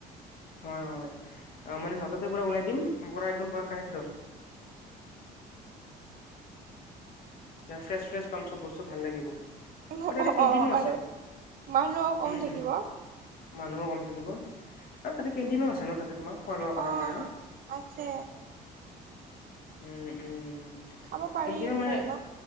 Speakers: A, on the left; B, on the right.
A: হয় হয় মানে নততে পৰা ওলাই বুজি পোৱা নাই যে ফ্ৰেছ ফ্ৰেছ পাম চব বস্তু ভাল লাগিব
B: অ
A: তাতে কেণ্টিনো
B: অ
A: আছে।
B: আৰু মানুহো কম
A: উম
B: থাকিব
A: উম মানুহো কম থাকিব আৰু তাতে কি কেণ্টিনো আছে ন তাতে তোমাৰ খোৱা লোৱা কৰাৰ
B: আহ
A: কাৰণে
B: আছে।
A: উম উম
B: খাব পাৰিম
A: কেণ্টিনত মানে
B: পাৰ ন